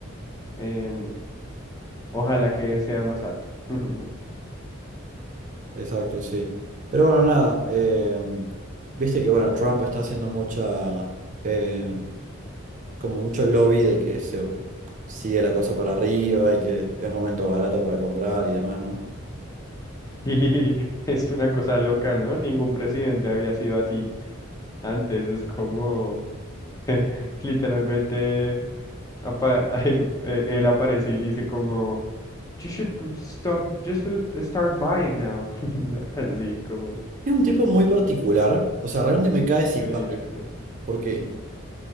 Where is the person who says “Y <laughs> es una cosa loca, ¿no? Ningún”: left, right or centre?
Left